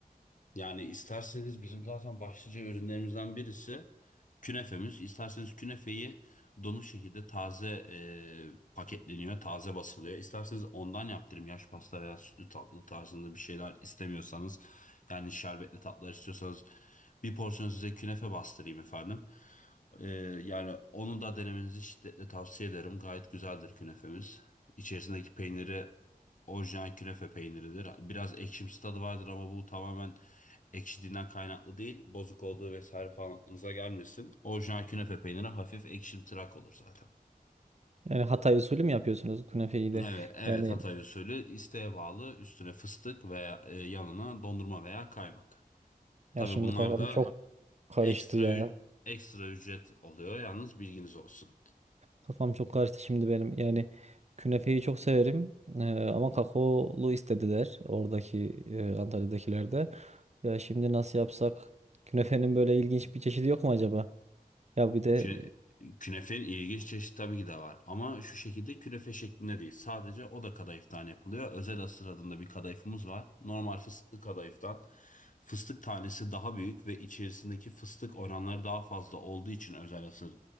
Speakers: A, on the left; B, on the right.
A: Yani isterseniz bizim zaten başlıca ürünlerimizden birisi künefemiz. İsterseniz künefeyi donuk şekilde taze e, paketleniyor, taze basılıyor. İsterseniz ondan yaptırım yaş pasta veya sütlü tatlı tarzında bir şeyler istemiyorsanız yani şerbetli tatlılar istiyorsanız bir porsiyon size künefe bastırayım efendim. E, yani onu da denemenizi şiddetle tavsiye ederim. Gayet güzeldir künefemiz. İçerisindeki peyniri orijinal künefe peyniridir. Biraz ekşimsi tadı vardır ama bu tamamen ekşidiğinden kaynaklı değil, bozuk olduğu vesaire falan aklınıza gelmesin. Orijinal künefe peyniri hafif ekşimtırak olur zaten.
B: Yani Hatay usulü mü yapıyorsunuz künefeyi de?
A: Evet, evet
B: Yani
A: Hatay usulü isteğe bağlı üstüne fıstık veya e, yanına dondurma veya kaymak.
B: ya
A: Tabii
B: şimdi
A: bunlar
B: kafam
A: da
B: çok karıştı
A: ekstra
B: ya.
A: ü- ekstra ücret oluyor yalnız bilginiz olsun.
B: Kafam çok karıştı şimdi benim. Yani künefeyi çok severim. Ee, ama kakaolu istediler oradaki e, Antalya'dakiler de. Ya şimdi nasıl yapsak? Künefenin böyle ilginç bir çeşidi yok mu acaba? Ya bir de
A: Küne,
B: e,
A: künefenin ilginç çeşit tabii ki de var. Ama şu şekilde künefe şeklinde değil. Sadece o da kadayıftan yapılıyor. Özel asır adında bir kadayıfımız var. Normal fıstıklı kadayıftan. Fıstık tanesi daha büyük ve içerisindeki fıstık oranları daha fazla olduğu için özel asır